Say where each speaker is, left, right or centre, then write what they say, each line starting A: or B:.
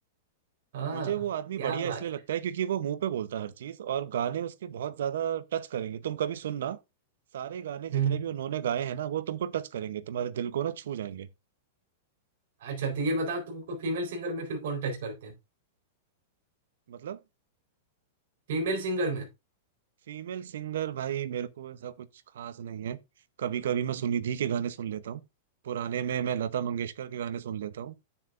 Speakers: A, on the right; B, on the right.
A: हाँ
B: मुझे वो आदमी
A: क्या
B: बढ़िया
A: बात
B: इसलिए लगता
A: है
B: है क्योंकि वो मुंह पे बोलता है हर चीज और गाने उसके बहुत ज्यादा टच करेंगे तुम कभी सुनना सारे गाने जितने
A: हम्म
B: भी उन्होंने गाए हैं ना वो तुमको टच करेंगे तुम्हारे दिल को ना छू जाएंगे
A: अच्छा तो ये बताओ तुमको फीमेल सिंगर में फिर कौन टच करते हैं
B: मतलब
A: फीमेल सिंगर में
B: फीमेल सिंगर भाई मेरे को ऐसा कुछ खास नहीं है कभी कभी मैं सुनिधि के गाने सुन लेता हूँ पुराने में मैं लता मंगेशकर के गाने सुन लेता हूँ